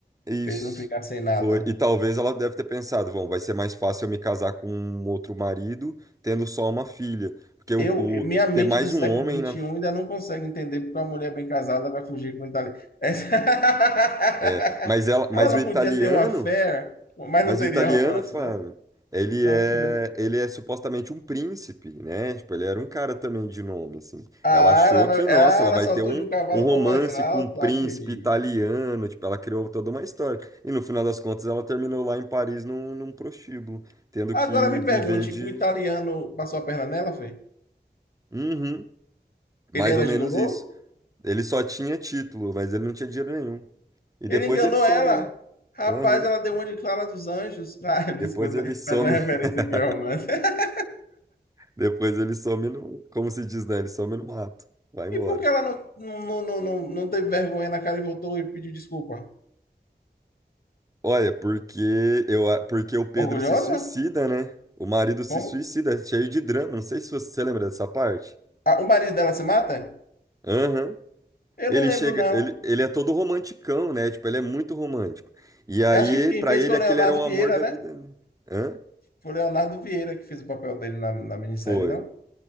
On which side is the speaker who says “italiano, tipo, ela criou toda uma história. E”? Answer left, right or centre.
Right